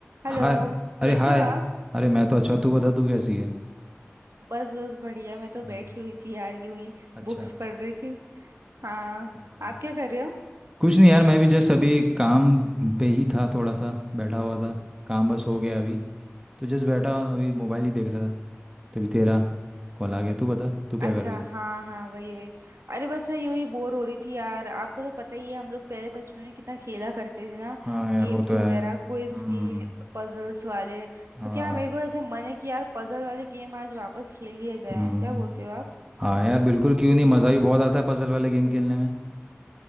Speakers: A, on the right; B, on the right.
A: Hello
B: हाय अरे
A: कैसे
B: हाय
A: हो आप
B: अरे मैं तो अच्छा तू बता तू कैसी है
A: बस बस बढ़िया मैं तो बैठी
B: हम्म
A: हुई थी यार यूं ही
B: अच्छा
A: बुक्स पढ़ रही थी हाँ
B: हम्म।
A: आप क्या कर रहे हो
B: कुछ नहीं यार मैं भी जस्ट अभी काम पे ही था थोड़ा सा बैठा हुआ था काम बस हो गया अभी तो जस्ट बैठा अभी मोबाइल ही देख रहा था तभी तेरा कॉल आ गया तू बता तू क्या
A: अच्छा
B: कर रही है
A: हाँ हाँ वही वही अरे बस मैं यूं ही बोर हो रही थी यार आपको तो पता ही है हम लोग पहले बचपन में कितना खेला करते थे ना
B: हाँ यार
A: गेम्स
B: वो तो
A: वगैरह
B: है हम्म
A: क्विज के पजल्स वाले
B: हाँ
A: तो क्या मेरे को ऐसा मन है कि यार पजल वाले गेम आज वापस खेल लिया जाए
B: हम्म
A: क्या बोलते हो आप
B: हाँ यार बिल्कुल क्यों नहीं मज़ा भी बहुत आता है पजल वाले गेम खेलने में